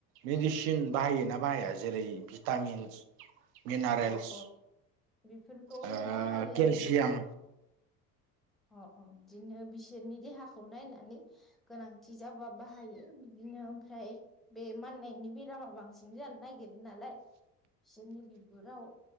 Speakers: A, on the right; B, in the centre.
A: मेडिसिन बाहायोना बाहाया जेरै भिटामिन्स मिनारेल्स?
B: अ अ बेफोरखौ
A: ओ
B: बाहायो
A: केलसियाम
B: आं मा। अ'-अ' बिदिनो बिसोरनि देहाखौ नायनानै गोनांथि जाबा बाहायो बिदिनो ओमफ्राय बे माननायनि बे बेरामा बांसिन जानो नागिरदों नालाय बिसोरनि बिगुराव